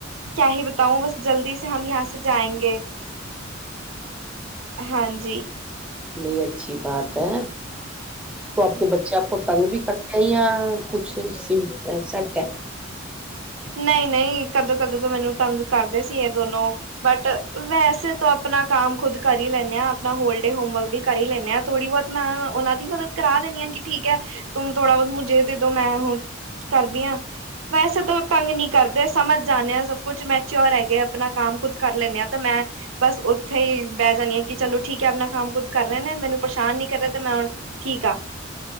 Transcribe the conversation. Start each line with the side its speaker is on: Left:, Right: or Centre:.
Right: ਚਾਹੇ ਬਤਾਓ ਬਸ ਜਲਦੀ ਸੇ ਹਮ ਯਹਾਂ ਸੇ ਜਾਏਗੇ, ਹਾਂਜੀ।
Centre: ਨਈ ਅੱਛੀ ਬਾਤ ਐ, ਸੱਤ ਬੱਚਾ ਪਤੰਗ ਵੀ ਕਰਕੇ ਆਈ ਆ ਕੁਛ ਸੀ ਸੈਟ ਆ,
Right: ਨਈ -ਨਈ ਕਦੇ -ਕਦੇ, ਤ, ਮੈਨੂੰ ਤੰਗ ਕਰਦੇ ਸੀ, ਇਹ ਦੋਨੋ, ਬਟ ਵੈਸੇ ਤਾ ਆਪਣਾ ਕੰਮ ਖੁਦ ਕਰ ਈ ਲੈਨੇ ਆ, ਆਪਣਾ ਹੋਲੀਡੇ ਹੋਮਵਰਕ ਵੀ ਕਰ ਈ ਲੈਨੇ ਆ, ਥੋੜੀ ਬਹੁਤ ਮੈ ਅ ਉਹਨਾਂ ਦੀ ਮਦਦ ਕਰਾ ਦੇਨੀ ਆ, ਕੀ ਠੀਕ ਆ, ਤੁਮ ਥੋੜਾ ਬੋਤ ਮੁਜੇ ਦੇਦੋ ਮੈ ਵੋ, ਕਰਦੀ ਆ ਵੈਸੇ ਤਾਂ, ਤੰਗ ਨਹੀਂ ਕਰਦੇ ਸਮਝ ਜਾਂਦੇ ਆ, ਸਬ ਕੁਝ ਮੈਂਚੋਰ ਹੈਗੇ ਆ, ਆਪਣਾ ਕੰਮ ਖੁਦ ਕਰ ਲੈਦੇ ਆ, ਤੇ ਮੈਂ, ਬਸ ਓਥੇ ਈ ਬੈ ਜਾਦੀ ਆ, ਕਿ ਚਲੋ ਠੀਕ ਹ, ਆਪਣਾ ਕੰਮ ਖੁਦ ਕਰ ਰਹੇ ਨੇ, ਮੈਨੂੰ ਪਰੇਸ਼ਾਨ ਨਹੀਂ ਕਰਨਾ ਤੇ ਮੈਂ ਹੁਣ, ਠੀਕ ਆ,